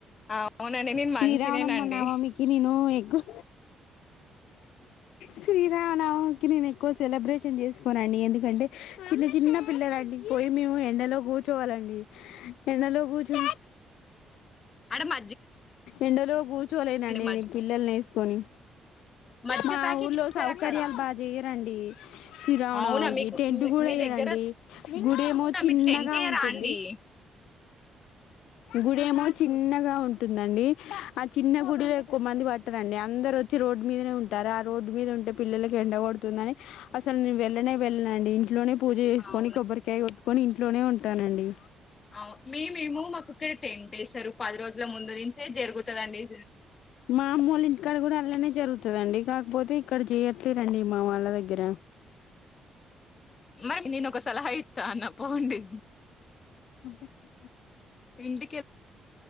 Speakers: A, on the left (about 40°); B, on the left (about 85°).
A: అవునండి నేను
B: శ్రీరావనమ్మ
A: మనిషినేనండి
B: నామామికి నేను ఎక్కువ శ్రీరాణకి నేను ఎక్కువ సెలబ్రేషన్ చేసుకోనండి ఎందుకంటే చిన్న చిన్న పిల్లలండి పోయి మేము ఎండలో కూర్చోవాలండి ఎన లో చు
A: అడే మ
B: ఎంటరు కూర్చువలయి అండి
A: మజ్జి
B: పల్ల్ న కొనీ
A: మజ్జిగ
B: మా
A: ప్యాకెట్
B: ఊర్లో
A: ఇస్తారు
B: సౌకర్యాలు
A: అక్కడ
B: బాగా చేయరండి సిరావణనికి
A: అవునా మీకు
B: టెంట్
A: మీ
B: కూడా
A: మీ
B: వేయరండి
A: దగ్గర
B: గుడేమో
A: అవునా
B: చిన్నగా
A: మీకు టెంట్ ఎయ్యరా
B: ఉంటుంది
A: అండి
B: గుడేమో చిన్నగా ఉంటుందండి ఆ చిన్న గుడిలో ఎక్కువ మంది పట్టారంండి అందరు వచ్చి రోడ్డు మీదనే ఉంటారు ఆ రోడ్డు మీద ఉంటే పిల్లలకి ఎండగడుతుందని అసలు నేను వెళ్ళనే వెళ్ళనండి ఇంట్లోనే పూజ చేసుకోని
A: అవునా
B: కొబ్బరికాయ కొట్టుకొ ఇంటి ఇంట్లోనే ఉంటానండి
A: అ మే మేము మాకుక్కడ టెన్ డేస్ పది రోజుల ముందు నుంచే జరుగు చెద అండి
B: మామ్మూలు ఇంటికాడ కూడా అల్లానే జరుగుతు వస్తుదండి కాకపోతే ఇక్కడ చేయట్లేరండి మా వాళ్ళ దగ్గర
A: మరిమ నేను ఒకస సల అయి తాన పోండి
B: కొకకు
A: ఇంటి